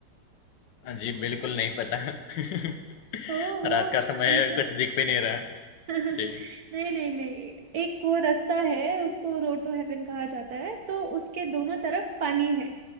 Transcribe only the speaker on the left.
हाँ जी, बिल्कुल नहीं पता। <laughs>
रात का समय
है, कुछ दिख भी नहीं रहा।
जी,